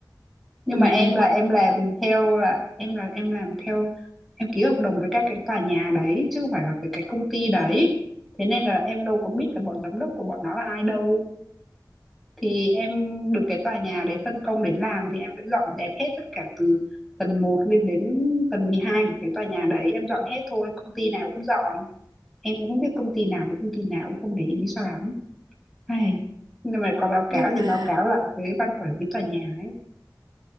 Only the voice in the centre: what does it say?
nhưng
mà em là em làm theo là em là em làm theo em ký hợp đồng với các cái tòa nhà đấy chứ không phải là với cái công ty đấy thế nên là em đâu có biết là bọn giám đốc của bọn nó là ai đâu thì em được cái tòa nhà đấy phân công đến làm thì em sẽ dọn dẹp hết tất cả từ tầng một lên đến tầng 12 của cái tòa nhà đấy em dọn hết thôi công ty nào cũng dọn em cũng không biết công ty nào với công ty nào cũng không để ý sao lắm hay nhưng mà có báo cáo
thì báo cáo lại với ban quản lý tòa nhà ấy